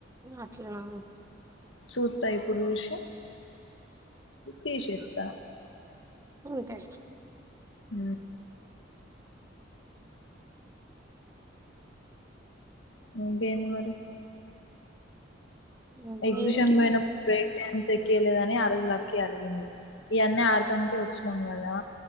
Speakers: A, on the right (about 15°); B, on the left (about 75°).
A: అట్లనా
B: సుత్త ఇప్పుడు చూసి తీసేత్త
A: ఉంతే
B: ఊ ఇంకేంది మరి
A: ఇంకేంటి?
B: ఎక్జిబిషన్ బోయినం బ్రేక్ ఫెస్ ఎక్కియ్యలేదని ఆ రోజు లక్కీ అలిగింది ఈ అన్న ఆడతానికే వచ్చినాం కదా